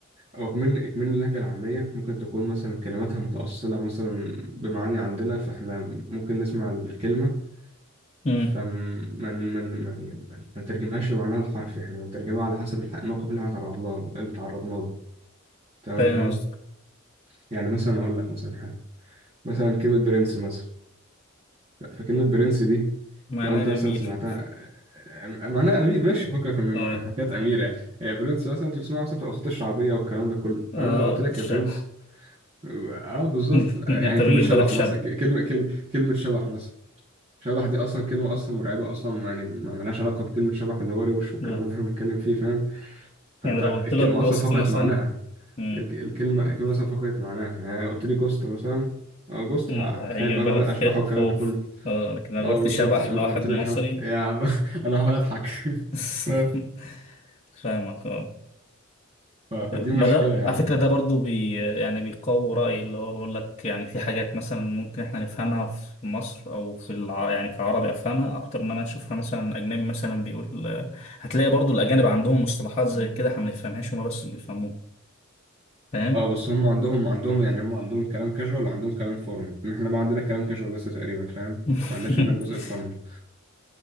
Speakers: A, on the right; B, on the left.
A: أو إكمال إكمال اللهجة العامية ممكن تكون مثلا كلماتها متأصلة مثلا بمعاني عندنا فإحنا ممكن نسمع الكلمة
B: امم
A: فما ما ما يعني ما نترجمهاش لمعناها الحرفي احنا بنترجمها على حسب الح- الموقف اللي احنا تعرضنا له اللي تعرضنا له تمام
B: فاهم
A: فاهم
B: قصدك
A: يعني مثلا اقول لك مثلا حاجه مثلا كلمه برنس مثلا فكلمه برنس دي
B: معناه
A: لو انت مثلا
B: أمير
A: سمعتها أم- معناها امير ماشي فكك من
B: اه
A: من حكايات امير يعني يعني برنس مثلا انت بتسمعها مثلا في الاوساط الشعبيه والكلام ده كله فانا
B: اه
A: لو قلت لك
B: شبح
A: يا برنس اه بالظبط
B: <laughs>
A: يعني
B: انت
A: كلمه
B: بيجي
A: شبح
B: في بالك شبح
A: مثلا ك- كلمه كلمه كلمه شبح مثلا شبح دي اصلا كلمه اصلا مرعبه اصلا يعني ما لهاش علاقه بكلمه شبح اللي هو روش والكلام
B: آه.
A: اللي احنا بنتكلم فيه فاهم فانت
B: يعني لو قلت
A: الكلمه
B: لك جوست
A: اصلا فقدت
B: مثلا
A: معناها
B: مم.
A: الك- الكلمه الكلمه اصلا فقدت معناها يعني قلت لي جوست مثلا اه جوست
B: مم.
A: ه- هتخيل
B: هيجي
A: بقى
B: في بالك
A: معنى الاشباح
B: خ-
A: والكلام
B: خوف
A: ده كله
B: اه لكن لو
A: اه
B: قلت
A: بالظبط
B: شبح
A: انا
B: لواحد
A: أنا قلت لي
B: مصري
A: يا شبح يا <laughs> انا هقعد اضحك <laughs>
B: <laughs>
A: فاهم
B: فاهمك اه
A: ف- فدي
B: ما
A: مشكله
B: ده
A: يعني
B: على فكرة ده برضو بي يعني بيقوي رأيي اللي هو بقول لك يعني في حاجات مثلا ممكن احنا نفهمها في مصر أو في الع... يعني كعربي أفهمها أكتر ما أنا أشوفها مثلا أجنبي مثلا بيقول هتلاقي برضو الأجانب عندهم مصطلحات زي كده احنا ما بنفهمهاش هما بس اللي بيفهموها فاهم؟
A: اه بس هم عندهم عندهم يعني هم عندهم كلام كاجوال وعندهم كلام فورمال احنا ما عندنا كلام كاجوال بس تقريبا فاهم
B: <laughs>
A: ما عندناش احنا الجزء الفورمال